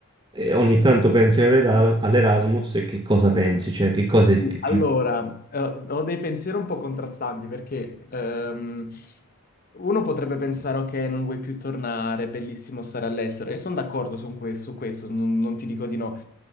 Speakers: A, on the right; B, on the left.
A: E ogni tanto pensi all'Era- all'Erasmus e che cosa pensi? Cioè, che cose che
B: Allora, eh, ho dei pensieri un po' contrastanti perché ehm, uno potrebbe pensare, ok, non vuoi più tornare, è bellissimo stare all'estero, e sono d'accordo su que- su questo, non, non ti dico di no.